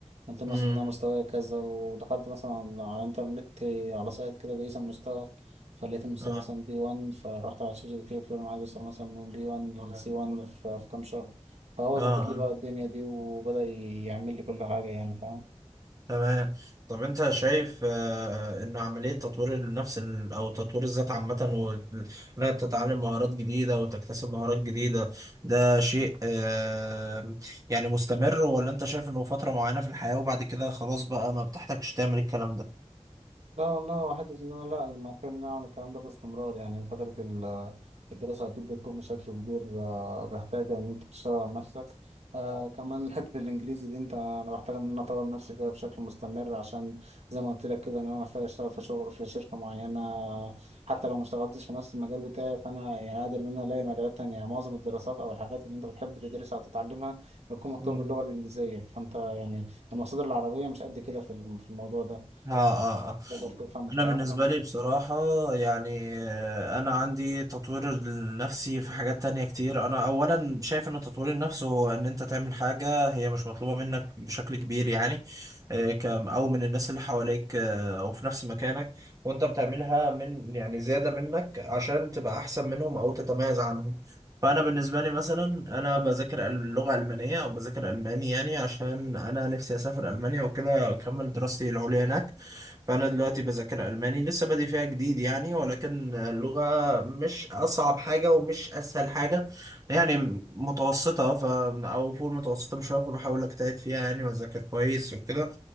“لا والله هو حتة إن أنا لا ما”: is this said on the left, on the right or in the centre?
Right